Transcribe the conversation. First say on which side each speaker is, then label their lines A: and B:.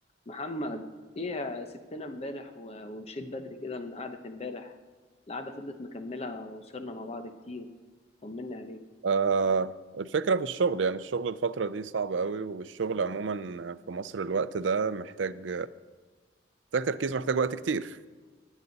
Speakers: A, on the left; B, on the right.
A: محمد ايه يا سبتنا امبارح و- ومشيت بدري كده من قعدة امبارح القعدة فضلت مكملة وسهرنا مع بعض كتير طمني عليك
B: آه الفكرة في الشغل يعني الشغل الفترة دي صعب قوي والشغل عموما في مصر الوقت ده محتاج محتاج تركيز محتاج وقت كتير